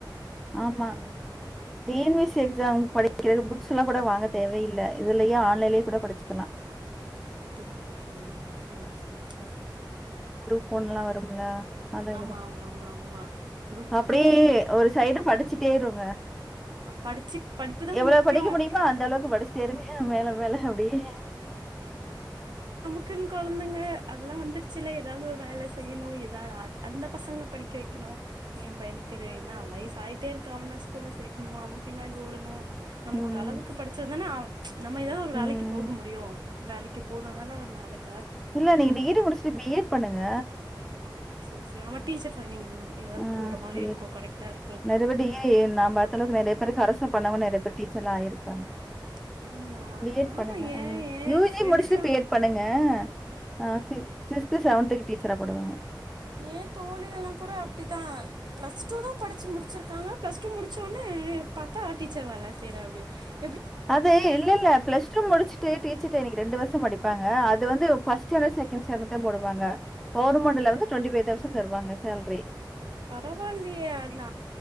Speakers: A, in the centre; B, on the right.
A: ஆமா
B: அத
A: <unintelligible> ட்டு எக்ஸாம் படிக்கிறதுக்கு புக்ஸ் எல்லா கூட வாங்க தேவையில்ல இதுலயே ஆன்லைன்லயே கூட படிச்சுக்கலா
B: அப்டிங்களா தோழி செரி செரி செரி
A: பொண்ணுல்லாம் வரும்ல அதெல்லாம்
B: ஆமா
A: எழுதுங்க.
B: ஆமா ஆமா ஆமா குரூப்
A: அப்படியே
B: டூ
A: ஒரு சைடு படிச்சுட்டே இருங்க
B: படிச்சு படிப்பு தான்
A: எவ்வளவு
B: முக்கியம்
A: படிக்க முடியுமோ அந்த அளவுக்கு படிச்சிட்டே இருங்க மேல மேல அப்டியே
B: க்குன்னு கொழந்தைங்க அதெல்லா வந்துடுச்சுல ஏதாவது ஒரு வேலை செய்யணு ஏதாவது ஆ அந்த பசங்களை படிக்க வைக்கணும் ஏன் பையனுக்கு ஒரு
A: ம்.
B: என்னா வயசு ஆயிட்டே இருக்கு அவன ஸ்கூல்ல சேக் இரும் அவன் பின்னாடி ஓடங்கும் நம்ம
A: ம்,
B: ஒரு அளவுக்கு படிச்சா தானே நம்ம ஏதாவது ஒரு
A: ம்.
B: வேலைக்கு போக முடியும் வேலைக்கு போனா அதனா ஒரு நாளைக்
A: இல்ல நீங்க டிகிரி முடிச்சுட்டு பிஎட் பண்ணுங்க
B: செ அவ டீச்சர் ட்ரைனிங் ஏதாவது
A: ஆஹ்
B: போற
A: <unintelligible>
B: மாதிரி இருக்கும் கரெக்டா இருக்கும்
A: நெறையபடி நா பாத்த அளவுக்கு நெறையா பேரு கரஸ்ல பண்ணவங்க நெறைய பேர் டீச்சர்லா ஆயிருக்கறாங்க
B: அப்டிங்களா
A: பி எட்
B: ஆமா
A: பண்ணுங்க
B: ஏ
A: ஆ
B: ஏ
A: யூ
B: ஃப்ரெண்ட்ஸ்லா
A: ஜி முடிச்சிட்டு பி எட் பண்ணுங்க ஆ ஃபிஃப் சிக்ஸ்த்து செவன்த்துக்கு டீச் <unintelligible> போடுவாங்க
B: ஏன் தோழிகள்லா கூட அப்டிதா பிளஸ் டூ தா படிச்சு முடிச்சிருக்காங்க பிளஸ் டூ முடிச்சவுட்னே பாத்தா டீச்சர் வேல செய்ற அப்டினா
A: அது இல்ல இல்ல பிளஸ் டூ முடிச்சுட்டு டீச்சர் ட்ரைனிங் ரெண்டு வருஷோ படிப் ப்பாங்க அது வந்து ஃபர்ஸ்ட் ஸ்டாண்டர்டு செகண்ட் ஸ்டாண்டர்டுக்குதா போடுவாங்க கவர்மெண்ட்ல வந்து டுவெண்டி ஃபைவ் தௌசண்ட் தருவாங்க சேல்ரி
B: பரவாயில்லையே அந்த